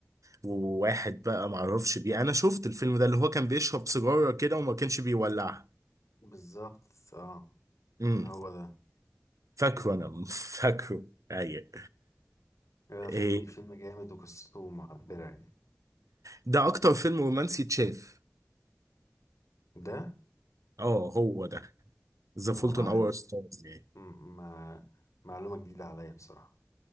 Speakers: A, on the right; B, on the left.
A: وواحد بقى معرفش بيه انا شفت الفيلم ده اللي هو كان بيشرب سيجارة كده وما كانش بيولعها
B: بالظبط اه
A: امم
B: هو ده
A: فاكره انا <laughs> فاكره ايوه
B: هو فيلم
A: إيه.
B: فيلم جامد وقصته معبرة يعني
A: ده اكتر فيلم رومانسي اتشاف
B: ده
A: اه هو ده ذا
B: ما
A: فولت
B: ما
A: ان اور ستارز يعني
B: ما معلومة جديدة عليا بصراحة